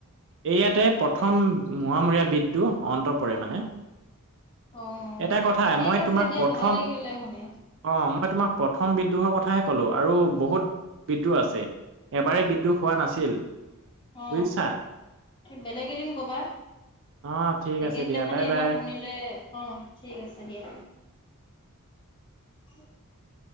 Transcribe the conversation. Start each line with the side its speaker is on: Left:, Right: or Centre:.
Right: এইয়াতে প্ৰথম। বিদু অন্ত পৰে মানে।
Left: অ
Right: এটা কথা
Left: ঠিক
Right: মই
Left: আছে
Right: তোমাক
Left: দিয়া
Right: প্ৰথম
Left: ভাল লাগিলে শুনে।
Right: অ মই তোমাক প্ৰথম বিদ্ৰোহৰ কথাহে ক'লো। আৰু বহুত বিদ্ৰোহ আছে এবাৰে বিদ্ৰোহ হোৱা নাছিল।
Left: অ'
Right: বুজিছা।
Left: বেলেগ এদিন ক'বা।
Right: অ। ঠিক
Left: একেদিনাখে
Right: আছে দিয়া বাই
Left: ইমান
Right: বাই।
Left: শুনিলে অ ঠিক আছে দিয়া। <unintelligible>